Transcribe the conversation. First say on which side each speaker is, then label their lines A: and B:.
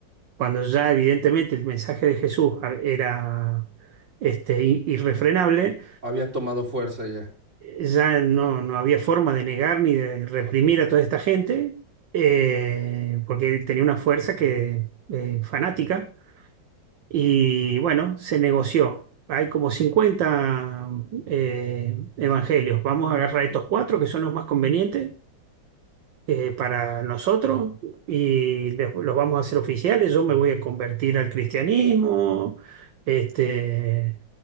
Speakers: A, on the right; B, on the right.
A: cuando ya evidentemente el mensaje de Jesús a- era este, i- irrefrenable,
B: Había tomado fuerza ya.
A: ya no, no había forma de negar ni de reprimir
B: Ah, Ok,
A: a toda esta gente, eh, porque tenía una fuerza que, eh, fanática, y bueno, se negoció. Hay como 50 eh, evangelios. Vamos a agarrar estos cuatro que son los más convenientes eh, para nosotros y les- los vamos a hacer oficiales. Yo me voy a convertir al cristianismo, este,